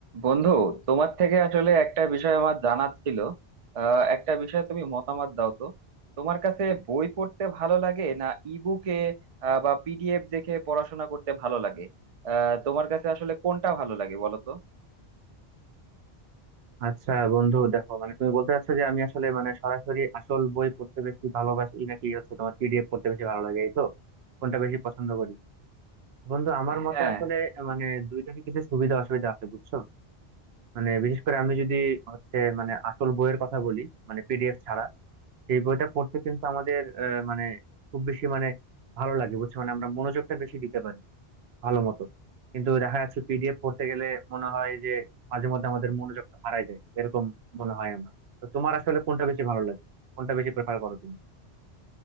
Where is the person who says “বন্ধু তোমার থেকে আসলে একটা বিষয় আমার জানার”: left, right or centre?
Right